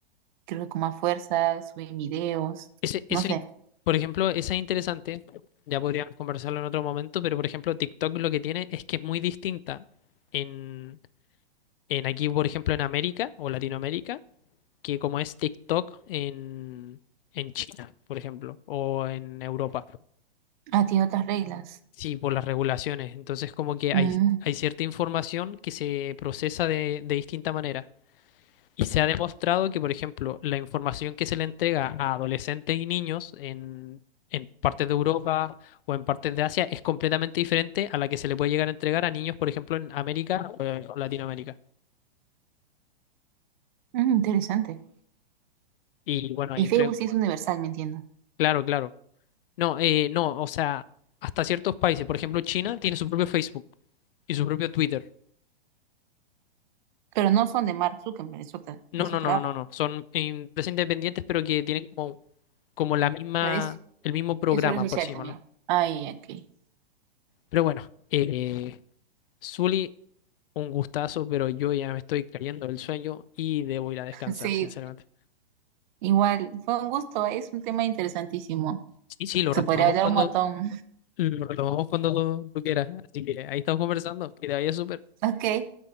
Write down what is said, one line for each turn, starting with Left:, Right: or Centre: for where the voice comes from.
Right: creo que con más fuerza, suben videos,
Left: Ese,
Right: no
Left: eso,
Right: sé.
Left: in- por ejemplo, esa es interesante. Ya podríamos conversarlo en otro momento, pero por ejemplo, TikTok lo que tiene es que es muy distinta en, en aquí, por ejemplo, en América o Latinoamérica, que como es TikTok en, en China, por ejemplo, o en Europa.
Right: Ah, tiene otras reglas.
Left: Sí, por las regulaciones. Entonces, como que hay,
Right: Mm,
Left: hay cierta información que se procesa de, de distinta manera. Y se ha demostrado que, por ejemplo, la información que se le entrega a adolescentes y niños en, en partes de Europa o en partes de Asia es completamente diferente a la que se le puede llegar a entregar a niños, por ejemplo, en América o, eh, o Latinoamérica.
Right: mm, interesante.
Left: Y bueno,
Right: Y
Left: ahí entre...
Right: Facebook sí es universal, me entiendo.
Left: Claro, claro. No, eh, no, o sea, hasta ciertos países, por ejemplo, China tiene su propio Facebook y su propio Twitter.
Right: Pero no son de Mark Zuckerberg, es otra,
Left: No,
Right: es
Left: no,
Right: otra
Left: no, no,
Right: app.
Left: no, no. Son empresas independientes, pero que tienen como, como la misma,
Right: Pero es,
Left: el mismo programa,
Right: es una social
Left: por sí,
Right: también.
Left: llamarlo.
Right: Ay, ok.
Left: Pero bueno, eh, Zuli, un gustazo, pero yo ya me estoy cayendo del sueño y debo ir a descansar,
Right: <laughs> Sí,
Left: sinceramente.
Right: Igual, fue un gusto, es un tema interesantísimo.
Left: Sí, sí, lo
Right: Se
Left: retomamos
Right: podría hablar
Left: cuando
Right: un montón.
Left: lo retomamos cuando tú, tú quieras. Así que ahí estamos conversando. Que te vaya súper.
Right: <laughs> Ok,